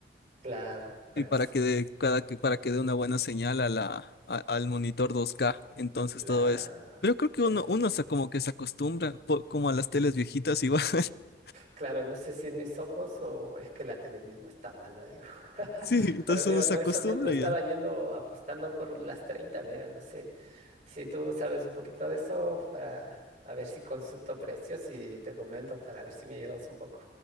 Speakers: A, on the right (about 45°); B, on the left (about 60°).
A: claro, para
B: y para
A: que s-
B: que dé cada que para que dé una buena señal a la a- al monitor 2K, entonces
A: la,
B: todo eso. Pero creo que
A: por
B: uno
A: eso,
B: uno se como que se acostumbra po- como a las teles viejitas igual. <laughs>
A: claro, no sé si en mis ojos o es que la tele mismo está mala, digo. <laughs>
B: Sí, entonces
A: Pero mira,
B: uno se
A: por
B: acostumbra
A: eso mismo estaba
B: ya.
A: yendo apostando por las treinta mira, no sé. Si tú sabes un poquito de eso, para a ver si consulto precios y te comento para ver si me ayudas un poco.